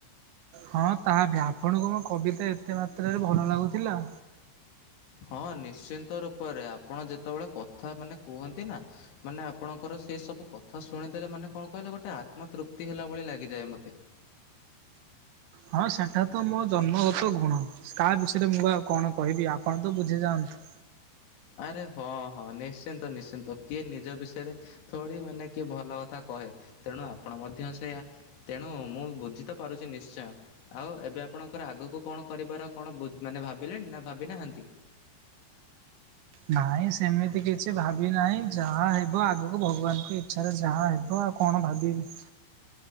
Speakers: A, on the right; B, on the left.
A: ହଁ ତାହା ବି ଆପଣଙ୍କୁ ମୋ କବିତା ଏତେ ମାତ୍ରାରେ ଭଲ ଲାଗୁଥିଲା
B: ହଁ ନିଶ୍ଚିନ୍ତ ରୂପରେ ଆପଣ ଯେତେବେଳେ କଥା ମାନେ କୁହନ୍ତି ନା ମାନେ ଆପଣଙ୍କର ସେ ସବୁ କଥା ଶୁଣିଦେଲେ ମାନେ କଣ କହିଲେ ଗୋଟେ ଆତ୍ମା ତୃପ୍ତି ହେଲା ଭଳି ଲାଗିଯାଏ ମତେ।
A: ହଁ ସେଇଟା ତ ମୋ ଜନ୍ମଗତ ଗୁଣ କାହା ବିଷୟରେ ମୁଁ ଆଉ କଣ କହିବି ଆପଣ ତ ବୁଝିଯାଆନ୍ତୁ।
B: ଆରେ ହଁ ହଁ ନିଶ୍ଚିନ୍ତ ନିଶ୍ଚିନ୍ତ କିଏ ନିଜ ବିଷୟରେ ଥଡି ମାନେ କିଏ ଭଲ କଥା କହେ ତେଣୁ ଆପଣ ମଧ୍ୟ ସେଇଆ। ତେଣୁ ମୁଁ ବୁଝି ତ ପାରୁଛି ନିଶ୍ଚୟ!। ଆଉ ଏବେ ଆପଣଙ୍କର ଆଗକୁ କଣ କରିବାର କଣ ମାନେ ଭାବିଲେଣି ନା ଭାବି ନାହାନ୍ତି।
A: ନାଇଁ ସେମିତି କିଛି ଭାବି ନାହିଁ ଯାହା ହେବ ଆଗକୁ ଭଗବାନଙ୍କ ଇଛା ରେ ଯାହା ହେବ। କଣ ଭାବିବି।